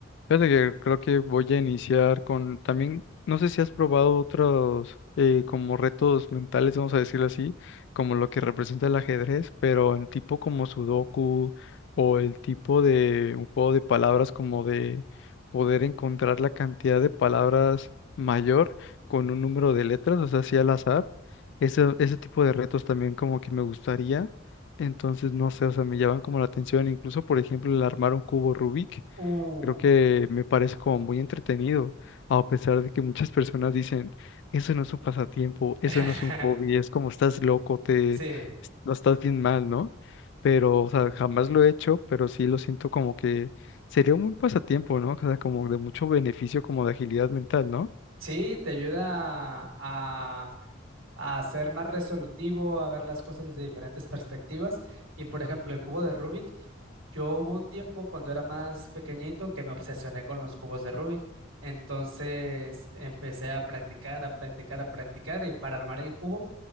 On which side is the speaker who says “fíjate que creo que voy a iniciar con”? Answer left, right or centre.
Left